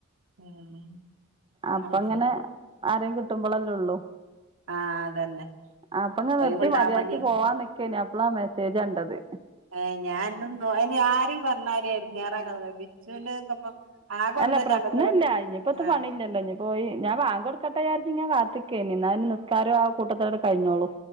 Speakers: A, on the right (about 65°); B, on the right (about 25°).
A: ഉം
B: അപ്പ
A: അത്
B: അങ്ങനെ
A: ശരി
B: ആരേം കിട്ടുമ്പോളല്ല ഉള്ളു.
A: ആഹ് അതന്നെ
B: അപ്പ ഇങ്ങെ
A: ഒഴിവുണ്ടാവുമ്പഞ്ഞി
B: നിർത്തി മതിയാക്കി പോവാ നിക്കെ--നും ഇപ്പളാ മെസ്സേജ് കണ്ടത്.
A: <unintelligible> ഒന്നറ്റെ
B: അല്ല പ്രശ്നം
A: അങ്ങട്ടും ഇങ്ങട്ടും
B: ഇല്ല. ഇനിയിപ്പോത്തെ
A: ആഹ്
B: പണില്ലല്ലോ, ഇനി പോയി ഞാൻ ബാങ്ക്കൊടു <unintelligible> ഞാൻ കാത്തിക്ക എന്നാ അതിന് നിസ്കാരം ആ കൂട്ടത്തടെ കഴിഞ്ഞോളൂ.